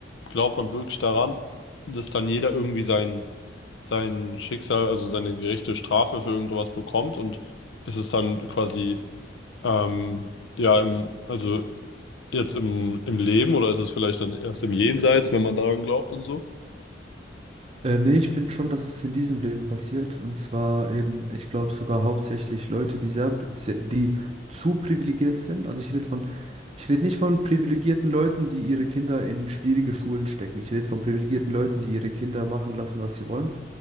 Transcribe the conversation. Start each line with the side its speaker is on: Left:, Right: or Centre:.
Left: glaubt man wirklich daran, dass dann jeder irgendwie sein sein Schicksal, also seine gerechte Strafe für irgendwas bekommt und ist es dann quasi, ähm, ja, im, also jetzt im, im Leben oder ist es vielleicht dann erst im Jenseits, wenn man daran glaubt und so?
Right: Äh, nee, ich finde schon, dass es in diesem Leben passiert. Und zwar eben, ich glaube sogar hauptsächlich Leute, die sehr, sehr, die zu privilegiert sind. Also ich rede von, ich rede nicht von privilegierten Leuten, die ihre Kinder in schwierige Schulen stecken. Ich rede von privilegierten Leuten, die ihre Kinder machen lassen, was sie wollen.